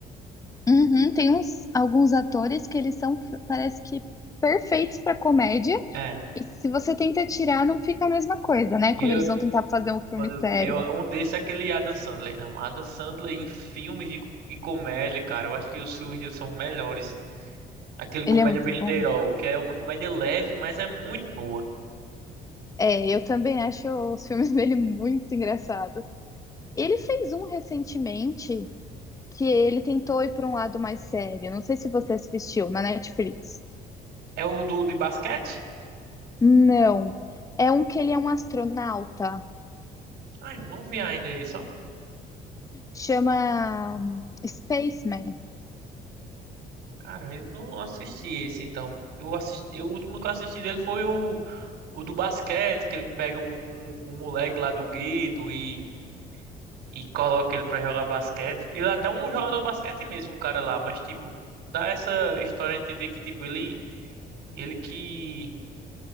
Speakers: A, on the left; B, on the right.
A: Uhum, tem uns, alguns atores que eles são, parece que, perfeitos para comédia,
B: É,
A: e se você tenta tirar, não fica a mesma coisa, né?
B: eu,
A: Quando eles vão tentar fazer um filme
B: fazer-
A: sério.
B: eu um desses é aquele Adam Sandler. Não, Adam Sandler em filmes de, de comédia, cara. Eu acho que os filmes dele são os melhores. Aquele comédia
A: Ele é muito
B: besteirol,
A: bom.
B: que é uma comédia leve, mas é muito boa.
A: É, eu também acho os filmes <laughs> dele muito engraçados. Ele fez um recentemente que ele tentou ir para um lado mais sério. Não sei se você assistiu na Netflix.
B: É o do de basquete?
A: Não. É um que ele é um astronauta.
B: Ah, eu não vi ainda isso.
A: Chama Spaceman.
B: Cara, eu não assisti esse então. Eu assisti, o último que eu assisti dele foi o, o do basquete, que ele pega um, um, um moleque lá do gueto e, e coloca ele pra jogar basquete. Ele é até um jogador de basquete mesmo, o cara lá, mas tipo, dá essa história a entender que tipo, ele ele que